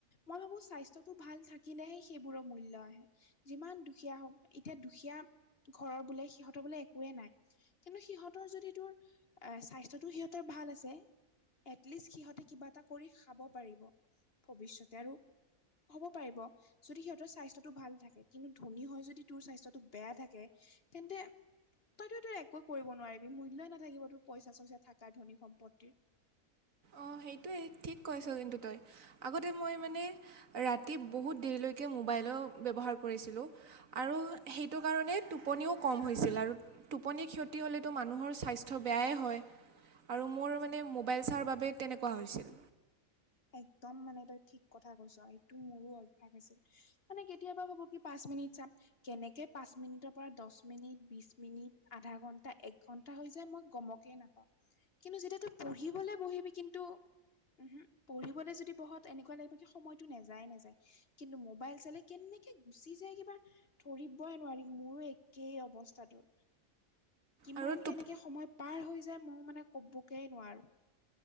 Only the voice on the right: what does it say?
অঁ সেইটোৱে ঠিক কৈছ! কিন্তু তই আগতে মই মানে ৰাতি, তি বহুত দেৰিলৈকে মোবাইলো ব্যৱহাৰ কৰিছিলোঁ, আৰু সেইটো কাৰণে টোপনিও কম হৈছিল আৰু। টোপনি ক্ষতি হ'লেতো মানুহৰ স্বাস্থ্য বেয়াই হয়। আৰু মোৰ মানে মোবাইল চাৰ বাবে তেনেকুৱা হৈছিল।
আৰু টোপ